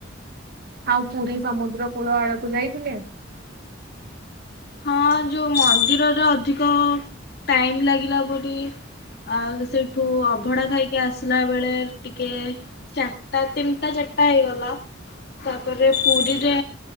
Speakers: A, on the right; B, on the left.
A: ଆଉ ପୁରୀ ସମୁଦ୍ର କୂଳ ଆଡକୁ ଯାଇଥିଲେ?
B: ହଁ ଯୋଉ ମନ୍ଦିରର ଅଧିକ ଟାଇମ୍ ଲାଗିଲା ବୋଧେ। ଆଉ ସେଇଠୁ ଅଭଢା ଖାଇକି ଆସିଲା ବେଳେ ଟିକେ ଚାରିଟା ତିନିଟା ଚାରିଟା ହେଇଗଲା। ତା ପରେ ପୁରୀରେ